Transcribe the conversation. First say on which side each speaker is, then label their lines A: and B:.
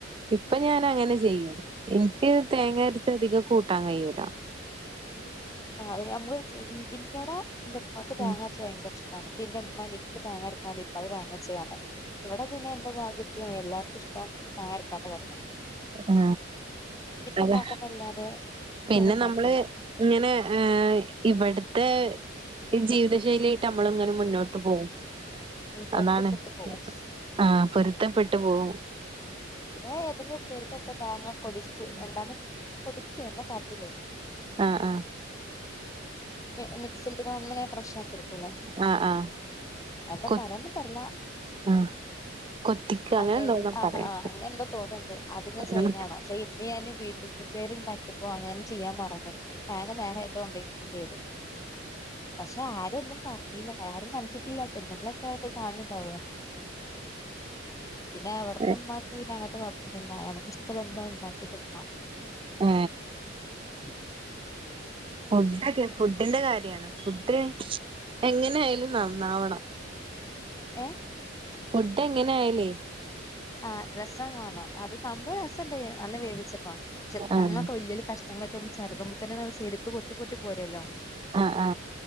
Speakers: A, on the right; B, on the left.
A: ഇപ്പൊ ഞാൻ അങ്ങനെ ചെയ്യും ഇൻക്ക് തേങ്ങ അരച്ചധികം കൂ ട്ടാൻ കയ്യൂല
B: അത് നമ്മൾ ചെയ്യും ഇൻ്റട ഇന്റപ്പാക്ക് തേങ്ങ
A: ഉം
B: അരച്ചത് ഭയങ്കര ഇഷ് ട്ടാണ് ട്ടി ഇന്റെ ഇമ്മ നിക്ക് തേങ്ങ അരക്കാതിം ഉപ്പാക്ക് തേങ്ങ അരച്ച്ക്കാണ്ടാ ഇവിടെ പിന്നെ എന്റെ ഭാഗ്യത്തിനെ എല്ലാർക്കും ഇഷ്ടം തേങ്ങ അരക്കാത്ത കറ്യാ
A: ഏ അതാ
B: ഇണ്ടാക്കുന്നല്ലാതെ
A: പിന്നെ
B: ഇങ്ങനെ ഇണ്ടാക്കൂല
A: നമ്മൾ ഇങ്ങനെ എ ഇവിടത്തെ ജീവിതശൈലി ആയിട്ട് നമ്മൾ ഇങ്ങനെ മുന്നോട്ട് പോവും
B: ഉം പൊരുത്തപ്പെട്ടു
A: അതാണ്
B: പോവും
A: ആ പൊരുത്തപ്പെ ട്ട് പോവും
B: ഇടെ ഏതെങ്കിലും ഉപ്പേരിക്കൊക്കെ തേങ്ങ കൊതി ച്ച് ഒന്നാണ്ട് പൊതിക്ക്യെ <unintelligible>
A: ആഹ് ആഹ്
B: മി മിക്സിട്ട്ക്ക് ഒന്ന്ങ്ങനെ ക്രഷ് ആക്കിടും പിന്നെ
A: ആഹ് ആഹ്
B: എന്താ
A: കൊ
B: പറയാന്നിൻക്കറില്ല
A: ആഹ് കൊത്തിക്ക
B: അങ്ങനെ
A: എന്തോന്നാ
B: ആ
A: പറയാ
B: ആഹ് അങ്ങനെ എന്തോ തോന്നണ്ട് അത്ങ്ങനെ ചെയ്യ്ണ
A: ഉം
B: കാണാ പക്ഷെ ഇന്ന് ഞാന് വീട്ട്റൂട്ട് ഉപ്പേരിണ്ടാക്കിയപ്പോ അങ്ങനെ ചെയ്യാൻ മറന്ന് തേങ്ങ നേരെ അയ്ല്കൊണ്ടേയി ടും ചെയ്തു പക്ഷെ ആരൊന്നും പർന്നീല്ല ആരും കണ്ടിട്ടില്ലാതൊന്നും തിന്നുമ്പെക്കാരം അത് കാണ് ണ് ണ്ടാവാ പിന്നെ അവിടത്തുമ്മാക്ക്
A: ഉം
B: പിന്നെ അങ്ങനത്തെ കൊഴ ഇല്ലല്ലാ എനക്ക് ഇഷ്ടമുള്ള എന്തോ ഉണ്ടാക്കി തിന്നാം.
A: ആ
B: <unintelligible>
A: ഫുഡോക്കെ ഫുഡിന്റെ കാര്യാണ് ഫുഡ് എങ്ങനെ ആയാലും നന്നാവണം
B: ഏ
A: ഫുഡ് എങ്ങനെ ആയല്ലേ
B: ആ രസം വേണം അത് സംഭവം രസല്ലേ നല്ല വേവി ചെപ്പാ ചെ ഞങ്ങളൊക്കെ
A: ആഹ്
B: വലിയൊരു കഷ് തന്ന് ചെരുപ്പ് പൊട്ടി പൊട്ടി പോരല്ലോ
A: ആ ആ